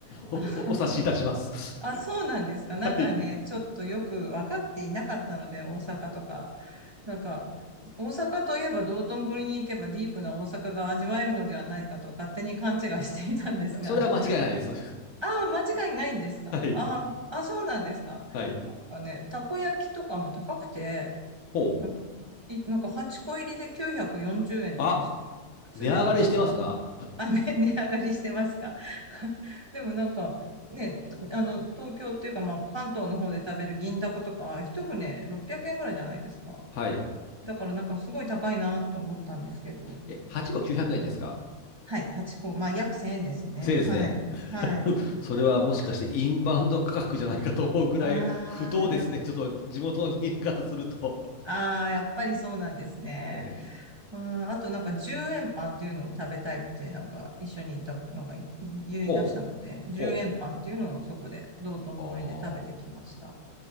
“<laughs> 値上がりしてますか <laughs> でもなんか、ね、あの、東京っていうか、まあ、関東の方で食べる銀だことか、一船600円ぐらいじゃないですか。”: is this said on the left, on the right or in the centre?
Right